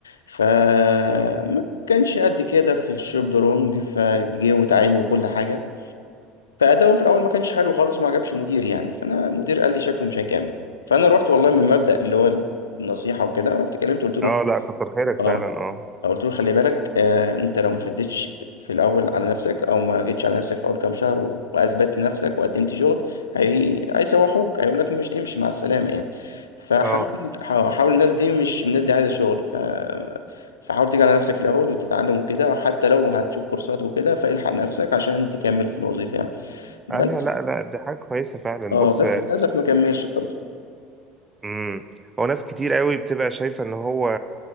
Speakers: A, on the left; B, on the right.
A: ف ما كانش قد كده في الشوب درونج فجه وتعين وكل حاجه فاداؤه في الاول ما كانش حلو خالص وما عجبش المدير يعني فانا المدير قال لي شكله مش هيكمل فانا رحت والله من مبدأ اللي هو النصيحه وكده رحت كلمته قلت له
B: اه لا كتر خيرك
A: اه
B: فعلا اه
A: قلت له خلي بالك آه انت لو ما شدتش في الاول على نفسك او ما جيتش على نفسك في اول كام شهر و- واثبتت نفسك وقدمت شغل هي... هيسوحوك هيقول لك مش امشي مع السلامه يعني فحاول
B: اه
A: حا- حاول الناس دي مش الناس دي عايزه شغل ف فحاول تيجي على نفسك في الاول وتتعلم وكده حتى لو هتشوف كورسات وكده فالحق نفسك عشان تكمل في الوظيفه يعني بس
B: ايوه لا لا دي حاجه كويسه فعلا
A: اه
B: بص
A: بس
B: آه،
A: للاسف ما كملش برضه
B: امم هو ناس كتير قوي بتبقى شايفة ان هو